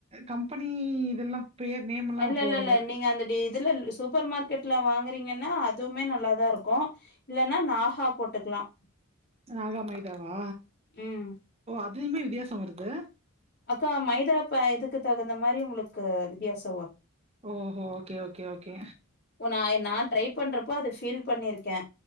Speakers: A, on the right; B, on the left.
A: கம்பெனி இதெல்லா பேர் நேம்ல்லா
B: இல்ல
A: போடல
B: இல்ல இல்ல நீங்க அந்த இதுல சூப்பர் மார்க்கெட்ல வாங்குறீங்கன்னா அதுவுமே நல் நல்ல தான் இருக்கும் இல்லன்னா நாஹா போட்டது க்லாம்
A: ராகா மைதாவா
B: ம்
A: ஓ அத் எதுமே வித்தியாசம் வருது
B: அக்கா மைதா இப்ப இதுக்கு தகுந்த மாரி உங்களுக்கு வித்தியாஸ்
A: ஓஹோ ஓகே ஓகே ஓகே
B: ந நா ட்ரை பண்றப்போ அது ஃபீல் பண்ணிருக்கே